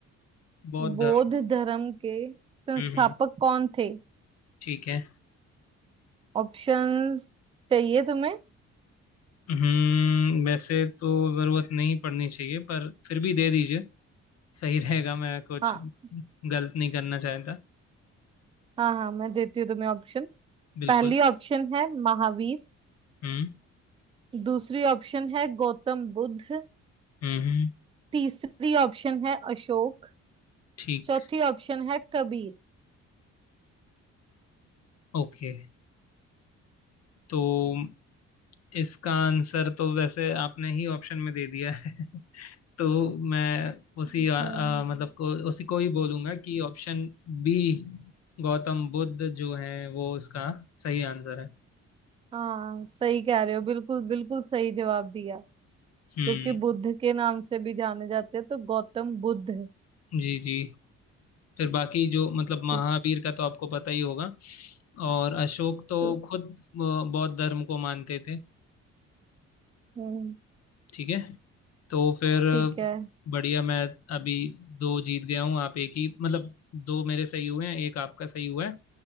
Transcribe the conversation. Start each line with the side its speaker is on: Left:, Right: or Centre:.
Left: बौद्ध
Right: बौद्ध
Left: धर्म
Right: धर्म के संस्थापक
Left: हम्म हम्म,
Right: कौन थे
Left: ठीक है
Right: ऑप्शंस चाहिए तुम्हें
Left: हम्म वैसे तो जरूरत नहीं पड़नी चाहिए पर फिर भी दे दीजिए सही रहेगा मैं कुछ
Right: हाँ
Left: गलत नहीं करना चाहता
Right: हाँ हाँ मैं देती हूँ तुम्हें ऑप्शन
Left: बिल्कुल
Right: पहली ऑप्शन है महावीर
Left: हम्म
Right: दूसरी ऑप्शन है गौतम बुद्ध
Left: हम्म हम्म,
Right: तीसरी ऑप्शन है अशोक
Left: ठीक
Right: चौथी ऑप्शन है कबीर
Left: ओके तो इसका आंसर तो वैसे आपने ही ऑप्शन में दे दिया है <laughs> तो मैं उसी
Right: हम्म
Left: अ, अ, मतलब को उसी को ही बोलूंगा कि ऑप्शन बी गौतम बुद्ध जो है वो इसका सही आंसर है
Right: हाँ सही कह रहे हो बिल्कुल बिल्कुल सही जवाब दिया क्योंकि
Left: हम्म
Right: बुद्ध के नाम से भी जाने जाते हैं तो गौतम बुद्ध
Left: जी जी फिर बाकी जो मतलब महावीर
Right: ठीक
Left: का तो आपको पता ही होगा और अशोक तो
Right: तो
Left: खुद अ, बौद्ध धर्म को मानते थे
Right: हम्म
Left: ठीक है तो फिर
Right: ठीक है
Left: बढ़िया मैं अभी दो जीत गया हूँ आप एक ही मतलब दो मेरे सही हुए हैं एक आपका सही हुआ है